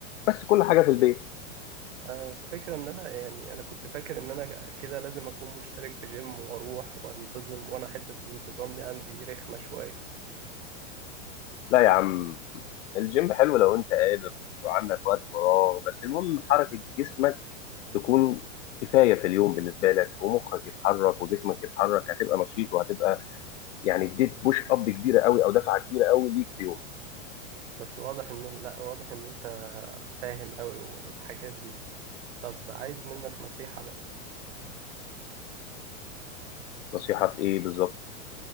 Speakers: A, on the left; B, on the right.
A: بس كل حاجة في البيت
B: آه، فكرة إن أنا يعني أنا كنت فاكر إن أنا كده لازم أكون مشترك في جيم وأروح وأنتظم وأنا حتة الانتظام دي عندي رخمة شوية
A: لا يا عم الجيم حلو لو أنت قادر وعندك وقت فراغ بس المهم حركة جسمك تكون كفاية في اليوم بالنسبة لك ومخك يتحرك وجسمك يتحرك هتبقى نشيط وهتبقى يعني اديت بوش اب كبيره قوي او دفعه كبيره قوي ليك في يوم
B: بس واضح إن لأ واضح إن أنت فاهم أوي والحاجات دي طب عايز منك نصيحة بقى
A: نصيحه في ايه بالظبط